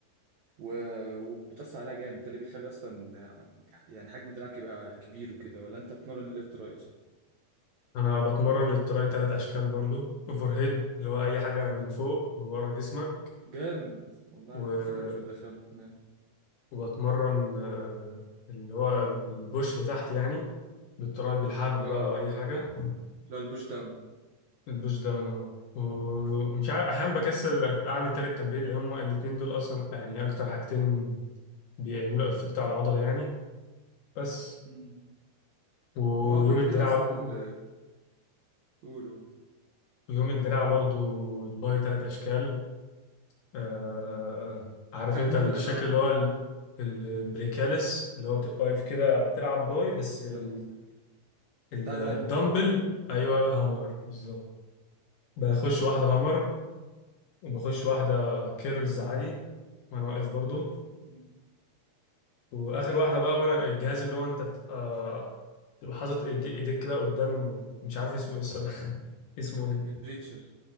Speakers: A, on the right (about 75°); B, on the left (about 65°).
A: و... وبتأثر عليها جامد ده اللي بيخلي اصلا يعني حجم دراعك يبقى كبير وكده ولا انت بتمرن اللي تراي اصلا
B: انا بتمرن للتراي ثلاث اشكال برضو اوفر هيد اللي هو اي حاجه من فوق ورا جسمك
A: جامد والله
B: و...
A: انا كنت فاكرك مش بتدخل اه
B: وبتمرن آه، اللي هو البوش لتحت يعني بالتراي بالحبل
A: آه.
B: بقى او اي حاجه
A: لا البوش داون
B: البوش داون اه ومش عارف احيانا بكسل اعمل تالت تمرين لان هم الاتنين دول اصلا يعني اكتر حاجتين بيعملوا افكت على العضله يعني بس
A: مم.
B: ويوم
A: ما هو كده
B: الدراع
A: كده اصلا ال قولوا
B: ويوم الدراع برضو الباي ثلاث اشكال آه عارف
A: انهي
B: انت الشكل
A: ثلاثة بقى
B: اللي هو ال- البريكاليس اللي هو بتبقى واقف كده بتلعب باي بس ال-
A: بت-
B: ال-
A: بتاع
B: الدمبل
A: الهامر
B: ايوه هامر بالظبط بخش
A: مم.
B: واحده هامر وبخش واحده كيرلز عادي وانا واقف برضو
A: مم.
B: واخر واحده بقى وانا الجهاز اللي هو انت بتبقى بتبقى حاطط ايدي- ايديك كده قدام مش عارف اسمه ايه الصراحه <laughs> اسمه ايه
A: البريتشر